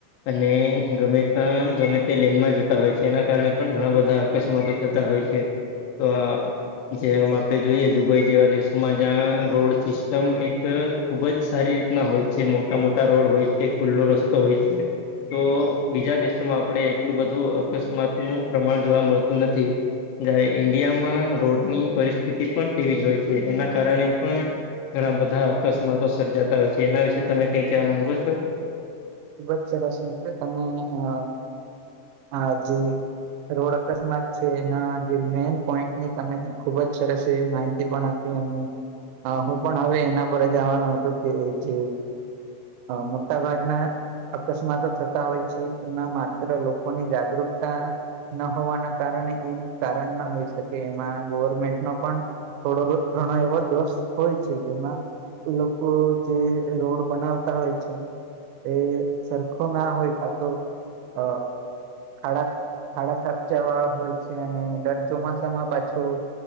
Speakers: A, on the left; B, on the right.
A: અને ગમે ત ગમે તે લેનમાં જતા હોય છે એના કારણે પણ ઘણા બધા અકસ્માતો થતા હોય છે તો આ જેમ આપે જોઈએ દુબઈ જેવા દેશોમાં જ્યાં રોડ એકદમ એક ખુબ જ સારી રીતના હોય છે મોટા મોટા રોડ હોય છે ખુલ્લો રસ્તો હોય છે તો બીજા દેશોમાં આપણેે એટલું બધું અકસ્માતનુંું પ્રમાણ જોવા મળતું નથી જયારે ઈન્ડિયામાં રોડની પરિસ્થિતિ પણ તેવી જ હોય છે એના કારણે પણ ઘણા બધા અકસ્માતો સર્જાતા હોય છે એના વિશે તમે કઈ કેવા માંગો છો
B: ખુબ જ સરસ મિત્રો તમે અ આ જેવી રોડ અકસ્માત છે એ જે મેન પોઈન્ટ ની તમે ખુબ જ સરસ એવી માહિતી પણ આપ હું પણ હવે એના પર જવાનું હતું કે જે મોટા ભાગના અકસ્માતો થતા હોય છે એમાં માત્ર લોકોની જાગૃતતા ના હોવાના કારણે એ કારણ ના હોઈ શકે એમાં ગવર્મેન્ટ ન પણ થોડો ઘણા એ વધો હોય છે જેમાં લોકો જે રોડ બનાવતા હોય છે એ સરખો ના હોય ખાતો અ ખાડા ખાડા ખફ જવાળ હોય છે અને દર ચોમાસામાં પાછું